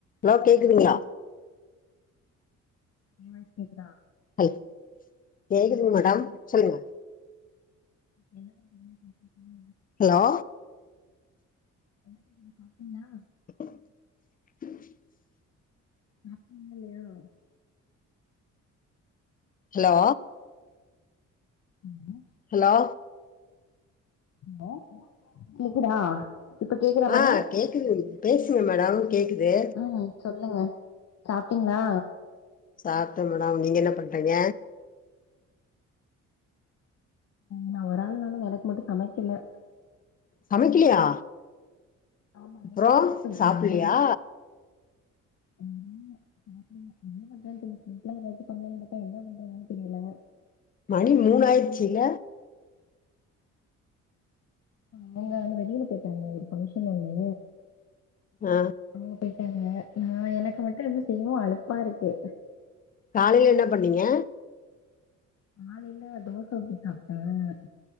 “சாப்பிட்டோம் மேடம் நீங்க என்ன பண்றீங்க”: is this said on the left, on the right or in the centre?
Left